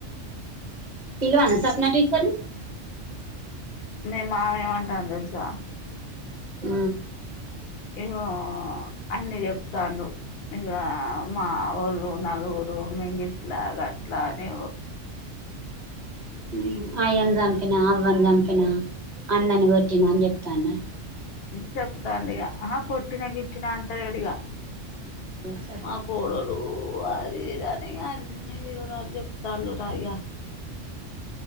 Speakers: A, on the right; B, on the left.
A: పిల్వానా సప్నా టీచర్ నీ
B: మే మామ ఏమంటా తెలుసా
A: అ
B: ఇగో అన్ని చెప్తాను ఇక మా ఊళ్ళు నలుగురు మింగిట్లా అట్లాని
A: <inaudible> వందంపిన అన్నని కొట్టిన అని చెప్తున్నారు
B: చెప్తాం ఇక ఆ కొట్టిన గిట్టిన అంటలేడుగ
A: సపరేట్
B: మా
A: వచ్చేది
B: కోడళు అ తీదనిన్ వివరాలు చెప్తలు రాయ